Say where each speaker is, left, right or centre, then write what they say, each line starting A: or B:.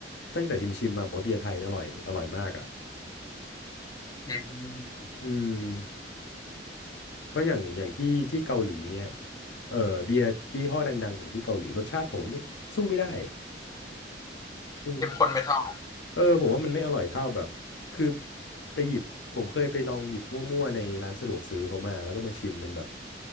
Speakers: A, on the left (about 80°); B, on the left (about 20°).
A: ตั้งแต่ชิมๆมาผมว่าเบียร์ไทยเนี่ยอร่อยอร่อยมากอ่ะ
B: อืม
A: อืมเพราะอย่างอย่างที่ที่เกาหลีเงี้ยเออเบียร์ยี่ห้อดังๆของที่เกาหลีรสชาติผมว่าไม่สู้ไม่ได้สู้ไม่ง
B: เข้มข้นไม่เท่า
A: เออผมว่ามันไม่อร่อยเท่าแบบคือไปหยิบผมเคยไปลองหยิบมั่วๆในร้านสะดวกซื้อเขามาแล้วก็มาชิมมันแบบ